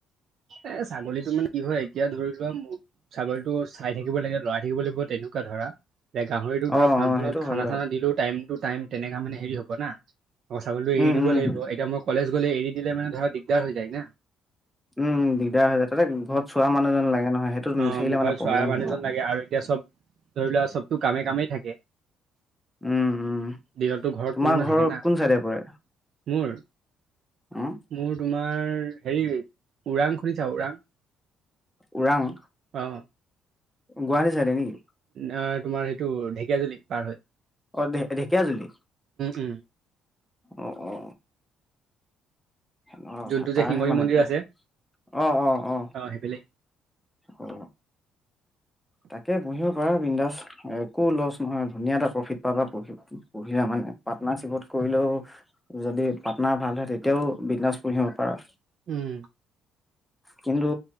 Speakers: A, on the right; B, in the centre.
A: এ, ছাগলীটো মানে কি হয় এতিয়া ধৰি ছাগলতটো চাই থাকিব লাগে লৰাই থাকিব লাগে বহুত। তেনেকুৱা ধৰা যে গাহৰিটোক ধৰা
B: অ
A: ফাৰ্মখনত
B: অ সেইটো
A: খানা
B: হয় বাৰু
A: চানা দিলেও টাইম টু টাইম। তেনেকা মানে হেৰি হবা না চাগলতটো
B: উম
A: এৰি দিব
B: উম
A: লাগিব এতিয়া মই কলেজ গ'লে এৰি দিলে মানে ধৰা দিগদাৰ হৈ যায় ন।
B: <inaudible> উম, দিগদাৰ হৈ যায় তাতে ঘৰত চোৱা মানুহজন লাগে নহয় সেইটোত
A: অ',
B: নাথাকিলে
A: মোৰ ঘৰত
B: মানে প্ৰব্লেম
A: চোৱা মানুহজন
B: হৈ যায় মানে।
A: লাগে আৰু এতিয়া চব ধৰি লোৱা চবতটো কামে কামেই থাকে।
B: উম। উম
A: দিনতো ঘৰত
B: তোমাৰ
A: কোনো নাথাকে
B: ঘৰ
A: না
B: কোন চাইডে পৰে
A: মোৰ।
B: উম
A: মোৰ তোমাৰ হেৰি ওৰাং খুুলিছা ওৰাং।
B: ওৰাং।
A: অ।
B: গুৱাহাটী চাইতে নেকি?
A: আহ তোমাৰ সেইটো ঢেকীয়াজুলি পাৰ হয়।
B: অ, ঢেকীয়া জুলি।
A: উম,
B: অ, অ। সেনেকুৱা কথা
A: যোনটো যে
B: তাৰহে
A: শিঙৰি
B: মানে
A: মন্দিৰ
B: ত
A: আছে
B: অ, অ আহ।
A: অ' সেইফালে
B: অ তাকে পুহিব পাৰা বিন্দাস একো লছ নহয় ধুনীয়া এটা প্ৰফিট পাবা প পুহিলে মানে পাৰ্টনাৰশ্বিপত কৰিলেও যদি পাৰ্টনা ভাল হয় তেতিয়াও বিন্দাছ পুহিব পাৰা
A: উম
B: কিন্তু